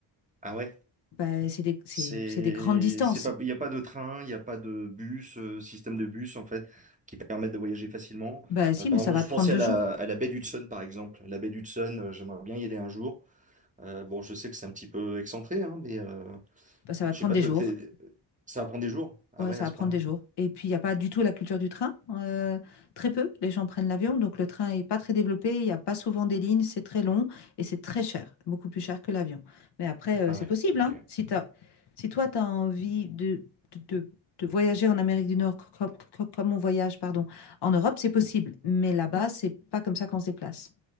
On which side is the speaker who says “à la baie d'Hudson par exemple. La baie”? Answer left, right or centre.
Right